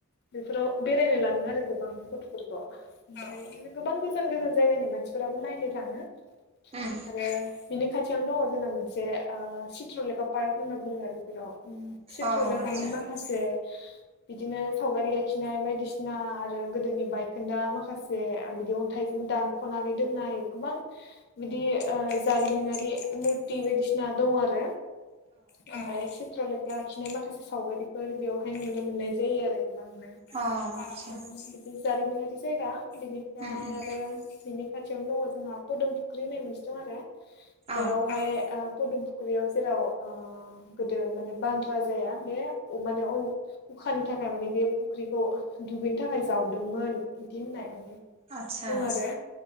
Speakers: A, on the left; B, on the right.
A: बेफोराव बेरायनो लांङो आरो गोबांनो। गथ'फोरखौ औ ओमफाय आरो गोबां गोजान गोजान जायगानि मानसिफोराबो नायनो थांङो। आरो
B: उम
A: बिनि खाथियावनो दंङ जोंना मोनसे ओ चित्रलेखा पार्क होनना बुंङो आरो जेराव उम सित्र'
B: अ
A: लेखानि
B: आतसा
A: माखासे बिदिनो सावगारि आखिनाय बायदिसि ना आरो गोदोनि बायखोन्दा माखासे बिदि अन्थाइजों दानख'नानै दोननाय गोबां बिदि ओ जारिमिनारि मुरति बायदिसिना दं आरो। औ औ ओमफाय चित्रलेखा आखिनाय माखासे सावगारिफोर बेवहाय नुनो मोननाय जायो आरो गोबांनो
B: अ आतसा
A: औ बिदि जारिमिनारि जायगा बिनिफ्राय
B: उम उम
A: आरो बिनि खाथियावनो दंङ जोंहा फुदुम फुख्रि होननाय मोनसे दं आरो।
B: औ
A: बेयावहाय ओ पदमपुख्रियाव जेराव गोदो माने बांद्रा जाया बे माने अखानि थाखाय माने बे फुख्रिखौ दुगैनो थाखाय जावदोंमोन बिदि होननाय माने
B: आतसा
A: बुङो आरो